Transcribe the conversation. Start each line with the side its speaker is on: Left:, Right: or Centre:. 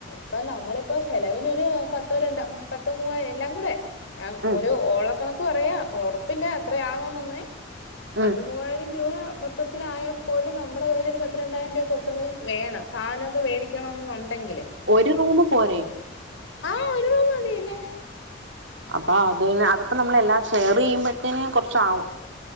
Left: ഇപ്പൊ നമ്മളിപ്പോ ചെലവിനൊരു പത്തോ രണ്ടോ പത്തോ മൂവയിഎല്ലാം കൂടെ അ
Right: ഉം
Left: ഒരു ഓളക്കണക്ക് പറയാ ഉറപ്പില്ല എത്രയാകൂന്നെന്ന് പത്ത്
Right: ഉം
Left: മൂവായിരം രൂപ മൊ മൊത്തത്തിത്തിലായപ്പോലും നമ്മടെ കയ്യിലൊരു പത്ത് രണ്ടായിരം രൂപ പുറത്തെങ്കിലും വേണം സാധന ഒക്കെ വേടികണം എന്നുണ്ടെങ്കില്
Right: ഒരു റൂമ് പോരെ
Left: ആഹ് ഒരു റൂംമ് മതി പിന്നെ
Right: അപ്പ അത് അകത്ത് നമ്മളെല്ലാം ഷെയറെയ്യുമ്പത്തേന് കൊറച്ചാവും